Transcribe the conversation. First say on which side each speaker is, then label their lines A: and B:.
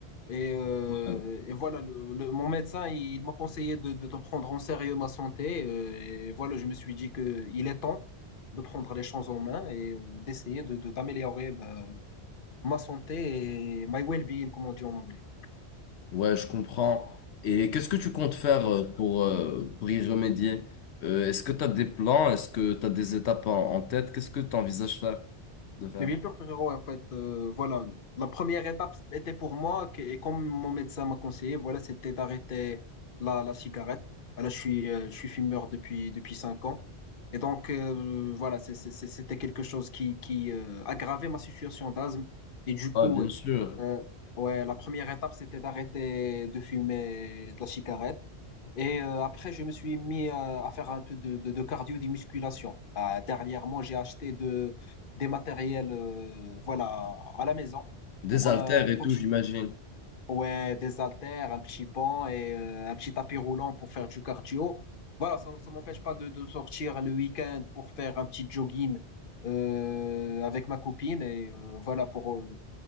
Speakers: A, on the left; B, on the left.
A: Et, euh,
B: Ouais,
A: et voilà, le- le- mon médecin, il, m'a conseillé de, de, de prendre en sérieux ma santé. euh, et voilà, je me suis dit que il est temps de prendre les choses en main et euh, d'essayer de, de- d'améliorer bah, ma santé et my well-being, comme on dit en anglais.
B: Ouais, je comprends. Et qu'est-ce que tu comptes faire euh, pour, euh, pour y remédier? Euh, est-ce que tu as des plans? Est-ce que tu as des étapes en, en tête? Qu'est-ce que tu envisages faire, de faire?
A: Mais bien sûr, frérot, en fait, euh, voilà, la première étape était pour moi, que- et comme mon médecin m'a conseillé, voilà, c'était d'arrêter la, la cigarette. Voilà, je suis, euh, je suis fumeur depuis, depuis 5 ans. Et donc, euh, voilà, c'est- c'est- c'est- c'était quelque chose qui, qui euh, aggravait ma situation d'asthme. Et du coup,
B: Ah, bien sûr.
A: euh, ouais, la première étape, c'était d'arrêter de fumer de la cigarette. Et euh, après, je me suis mis à, à faire un peu de, de, de cardio, des musculations. Ah, dernièrement, j'ai acheté de, des matériels euh, voilà, à la maison
B: Des
A: pour
B: haltères
A: un,
B: et
A: pour-
B: tout, j'imagine.
A: ouais, des haltères, un petit banc et euh, un petit tapis roulant pour faire du cardio. Voilà, ça ne m'empêche pas de, de sortir le week-end pour faire un petit jogging euh, avec ma copine et euh, voilà pour, euh,